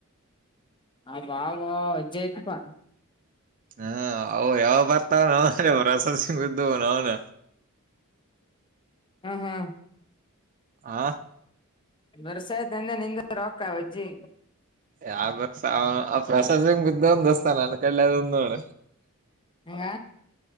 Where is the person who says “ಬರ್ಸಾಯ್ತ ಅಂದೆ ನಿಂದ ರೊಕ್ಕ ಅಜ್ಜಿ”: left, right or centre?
Left